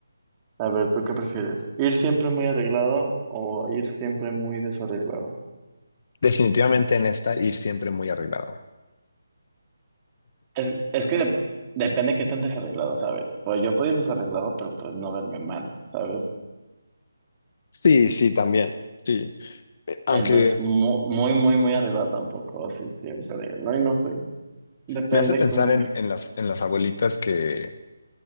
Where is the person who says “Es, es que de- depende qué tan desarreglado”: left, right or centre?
Right